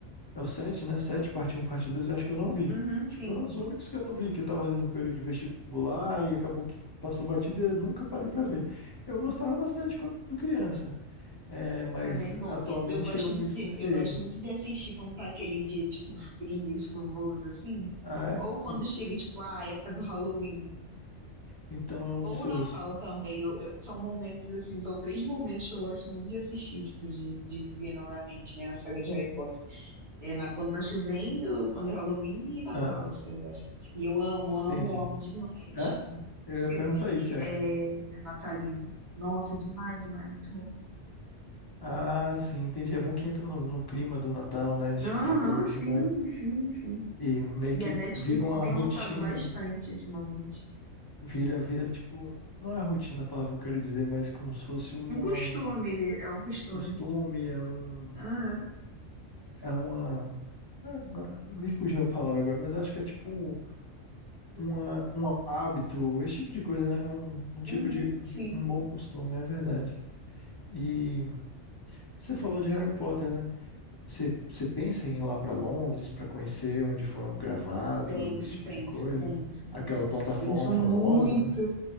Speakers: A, on the left; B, on the right.
A: É o 7, né? 7, parte um parte 2 eu acho que eu não vi.
B: Uhum, sim.
A: Acho que foram os únicos que eu não vi, que eu tava ali no período de vestibular e acabou que passou batida e eu nunca parei pra ver. Eu gostava bastante quando criança. É, mas
B: É bem bom.
A: atualmente
B: Eu gosto
A: eu
B: muito
A: me distanciei.
B: de, eu gosto muito de assistir quando tá aquele dia, tipo, frio, chuvoso, assim.
A: Ah, é?
B: Ou quando
A: En-
B: chega, tipo, a época do Halloween.
A: Então é um
B: Ou
A: dos seus.
B: o Natal também. eu- eu- são momentos assim, são três momentos que eu gosto muito de assistir, tipo, de, de ver novamente, né, a saga de Harry Potter. É na, quando tá chovendo, quando é Halloween e Natal,
A: Ah,
B: assim, eu gosto. E eu amo, amo,
A: entendi.
B: amo demais
A: É? Eu ia
B: filme
A: perguntar isso,
B: é,
A: é.
B: natalino. Nossa, demais, demais, é muito bom.
A: Ah, sim, entendi. É bom que entra no, no clima do Natal, né? Esse
B: Aham,
A: tipo de coisa. Você
B: sim,
A: vai.
B: sim, sim.
A: E meio
B: E
A: que
B: a Netflix
A: vira uma
B: tem
A: rotina,
B: lançado bastante
A: né?
B: ultimamente.
A: Vira, vira tipo. Não é rotina a palavra que eu quero dizer, mas como se fosse uma-
B: Um costume,
A: um
B: é um costume.
A: costume, é um.
B: Aham,
A: É uma. Agora, me fugiu a palavra agora, mas acho que é tipo uma, um hábito, esse tipo de coisa, né? Um, um
B: uhum,
A: tipo de,
B: sim.
A: de- um bom costume, é verdade. E você falou de Harry Potter, né? Você, você pensa em ir lá para Londres para conhecer onde foram gravados,
B: Penso,
A: esse tipo
B: penso,
A: de coisa?
B: penso,
A: Aquela
B: penso,
A: plataforma
B: penso
A: famosa,
B: muito,
A: né?